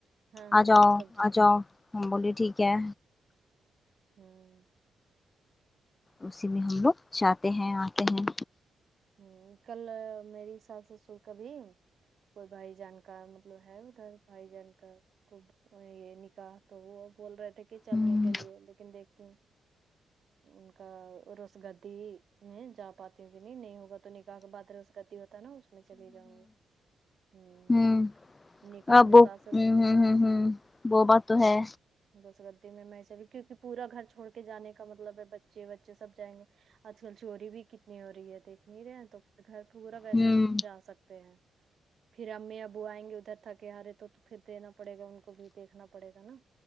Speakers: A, on the right; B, on the left.
A: ہاں
B: آ
A: ہاں
B: جاؤ
A: تب جا
B: آ جاؤ ہم بولی ٹھیک ہے
A: ہمم
B: اسی میں ہم لوگ چاہتے ہیں آتے ہیں
A: ہمم کل میری ساس سسر کبھی کوئی بھائی جان کا مطلب ہے ادھر بھائی جان کا تو وہی یہ نکاح تو وہ بول رہے تھے کہ چلنے
B: ہوں
A: کے لیے لیکن دیکھتی ہوں ان کا روس گدی میں جا پاتی ہوں کہ نہیں نہیں ہوگا تو نکاح کے بعد رس گدی ہوتا ہےنا اس میں چلی جاؤں گی ہ
B: ہمم
A: نکاح
B: اب
A: میں
B: ہمم
A: ساس سسر
B: ہمم ہمم ہمم وہ بات تو ہے
A: رس گدی میں میں چلی کیونکہ پورا گھر چھوڑ کے جانے کا مطلب ہے بچے بچے سب جائیں گے اچھ چوری بھی کتنی ہو رہی ہے دیکھ نہیں رہے ہیں تو گھر پورا کیسے
B: ہوں
A: سن جا سکتے ہیں پھر امی ابو آئیں گے ادھر تھکے ہارے تو پھر دینا پڑے گا ان کو بھی دیکھنا پڑے گا نا